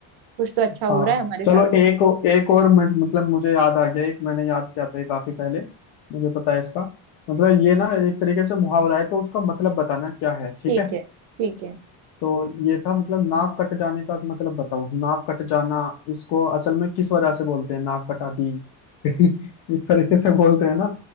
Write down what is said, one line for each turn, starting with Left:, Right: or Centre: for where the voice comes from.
Right: कुछ तो अच्छा हो
Left: हाँ
Right: रहा है हमारे
Left: चलो
Right: साथ
Left: एक एक और मैं, मतलब मुझे याद आ गया एक मैंने याद किया था ये काफी पहले मुझे पता है इसका मतलब ये ना एक तरीके से मुहावरा है तो उसका मतलब बताना क्या है ठीक
Right: ठीक
Left: है
Right: है ठीक है
Left: तो ये था मतलब नाक कट जाने का मतलब बताओ नाक कट जाना इसको असल में किस वजह से बोलते हैं नाक कटा दी <laughs> इस तरीके से बोलते हैं ना